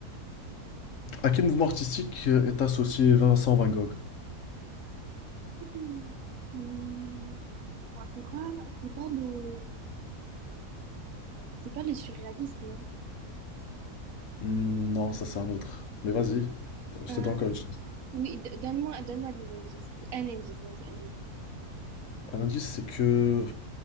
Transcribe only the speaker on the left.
À quel mouvement artistique euh, est associé Vincent Van Gogh?
Hmm, non, ça c'est un autre. Mais vas-y, je
te donne encore une chance.
Un indice, c'est que...